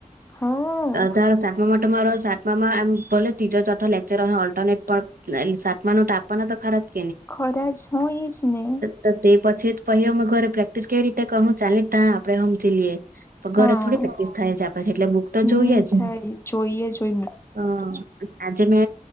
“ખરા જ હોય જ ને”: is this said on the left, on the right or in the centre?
Left